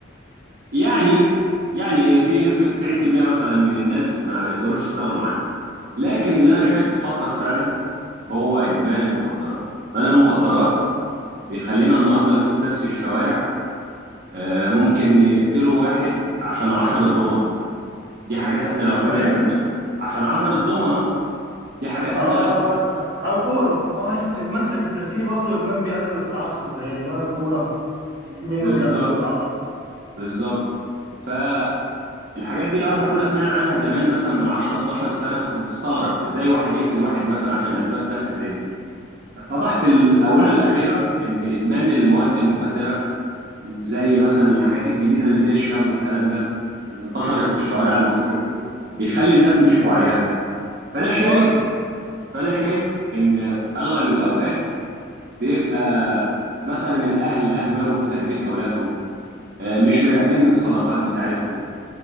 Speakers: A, on the right; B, on the right.
A: يعني يعني في نسبة 90% مثلا من الناس ما يقدروش يستغنوا عنه لكن اللي أنا شايفه خطر فعلا هو إدمان المخدرات إدمان المخدرات بيخلينا النهارده نشوف ناس في الشوارع آه، ممكن يقتلوا واحد عشان عشرة ضمنة دي حاجات احنا لو
B: عشان
A: كنا
B: إيه؟
A: سمعناها عشان عشرة ضمنة دي حاجات
B: يعني آه
A: احنا
B: آه،
A: لو
B: بس عشان أو كورة أو عشان إدمان إد... في برضو إدمان بيؤدي للتعصب زي إدمان الكورة في في منه
A: بالظبط
B: بيؤدي للتعصب
A: بالظبط فالحاجات دي لو احنا كنا سمعنا عنها زمان مثلا من 10 12 سنة كنت تستغرب ازاي واحد يقتل واحد مثلا عشان اسباب تافهة زي دي اتضح في الآونة الأخيرة ان ادمان المواد المخدرة زي مثلا الحاجات الجديدة اللي زي الشاب والكلام ده اللي انتشرت في الشوارع المصرية بيخلي الناس مش في
B: آه
A: وعيها فانا شايف
B: خالص
A: فانا شايف ان اغلب الاوقات بيبقى مثلا الاهل اهملوا في تربيه اولادهم آه، مش مراقبين الصداقات بتاعتهم